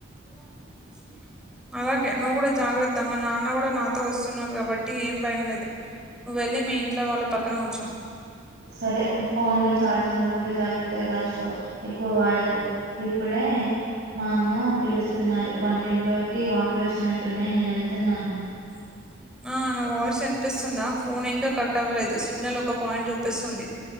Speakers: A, in the centre; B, on the right.
A: నాకు నచ్చిన అలాగే నువ్వు గూడా జాగ్రత్త మా నాన్న కూడా నాతో వస్తున్నారు కాబట్టి ఏం భయం లేదు నువ్వు వెళ్ళి మీ ఇంట్లో వాళ్ళ పక్కన కూర్చో
B: సరే ఫోన్లో చార్జింగ్ గూడా జాగ్రత్తగా దాచుకో ఎక్కువ వాడకు ఇప్పుడే మా అమ్మ పిలుస్తున్నారు వంటింట్లోకి వాటర్ వచ్చినట్టున్నాయి నేనేళ్తున్నాను
A: <unintelligible> ఆ నా వాయిస్ వినిపిస్తుందా ఫోన్ ఇంకా కట్ అవ్వలేదు సిగ్నల్ ఒక పాయింట్ చూపిస్తుంది